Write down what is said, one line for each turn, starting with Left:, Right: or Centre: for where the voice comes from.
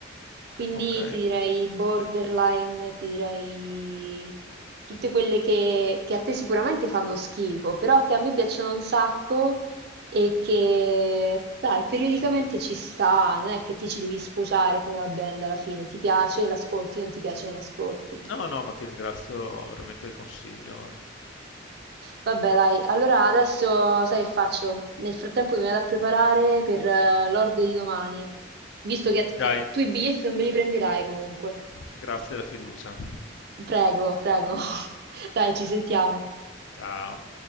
Right: quindi
Left: Ok.
Right: ti direi Borderline, ti direi tutte quelle che, che a te sicuramente fanno schifo, però che a me piacciono un sacco e che, dai, periodicamente ci sta, non è che ti ci devi sposare con una band alla fine, ti piace, l'ascolti, non ti piace, non l'ascolti.
Left: No, no, ma ti ringrazio veramente del consiglio. eh.
Right: Vabbè dai, allora adesso sai che faccio? Nel frattempo mi vado a preparare per eh, l'ordo di domani, visto che,
Left: Dai,
Right: che tu i biglietti non me li prenderai comunque.
Left: grazie della fiducia.
Right: Prego, prego. <laughs> Dai, ci sentiamo.
Left: Ciao.